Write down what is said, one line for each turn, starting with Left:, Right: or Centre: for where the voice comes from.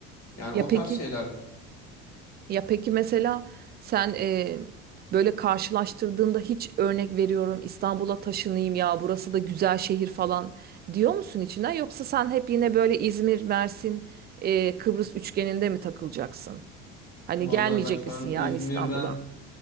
Left: Yani
Right: Ya
Left: o
Right: peki.
Left: tarz şeyler.
Right: Ya peki mesela sen e, böyle karşılaştırdığında hiç örnek veriyorum İstanbul'a taşınayım ya burası da güzel şehir falan diyor musun içinden yoksa sen hep yine böyle İzmir, Mersin, e, Kıbrıs üçgeninde mi takılacaksın? Hani
Left: Vallahi
Right: gelmeyecek
Left: ben şu
Right: misin
Left: an
Right: yani
Left: İzmir'den
Right: İstanbul'a?